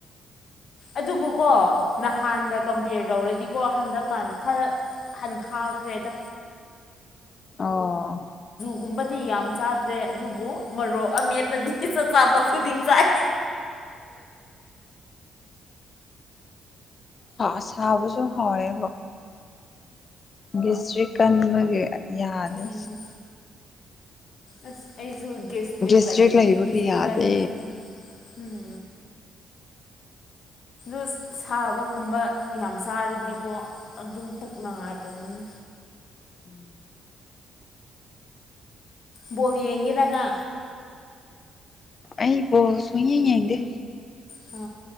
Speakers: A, on the left; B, on the left.
A: ꯑꯗꯨꯕꯨꯀꯣ ꯅꯍꯥꯟꯒ ꯀꯝꯄꯌꯔ ꯇꯧꯔꯗꯤꯀꯣ ꯍꯟꯗꯛꯀꯥꯟ ꯈꯔ ꯍꯟꯊꯥꯈ꯭ꯔꯦꯗ
B: ꯑꯣ
A: ꯒꯨꯝꯕꯗꯤ ꯌꯥꯝ ꯆꯥꯗ꯭ꯔꯦ ꯑꯗꯨꯕꯨ ꯃꯔꯣꯛ ꯑꯃꯦꯠꯄꯗꯤ ꯆꯥꯛ ꯆꯥꯕ ꯈꯨꯗꯤꯡ ꯆꯥꯏ
B: <inaudible> ꯍ ꯁꯥꯕꯁꯨ ꯍꯣꯏ ꯒꯤꯁꯔꯤ ꯀꯟꯕꯒꯤ ꯌꯥꯗꯦ
A: ꯎꯝ ꯑꯁ ꯑꯩꯁꯨ ꯦꯁꯇ꯭ꯔꯤꯛ
B: ꯒꯦꯁꯇ꯭ꯔꯤꯛ
A: ꯂꯥꯏ
B: ꯂꯩꯕꯒꯤ
A: ꯦꯁꯇ꯭ꯔꯤꯀꯥꯟꯕꯅ
B: ꯌꯥꯗꯦ
A: ꯎꯝ ꯑ ꯁꯥꯕꯒꯨꯝꯕ ꯌꯥꯝ ꯆꯥꯔꯗꯤꯀꯣ ꯑꯗꯨꯝ ꯄꯨꯛꯅꯉꯥꯏꯗꯕꯅꯦ
B: ꯎꯝ
A: ꯕꯣꯔ ꯌꯦꯡꯒꯤꯦꯔꯅ
B: ꯑ ꯄꯣ ꯁꯨꯏꯌꯦ ꯑꯗ
A: ꯍ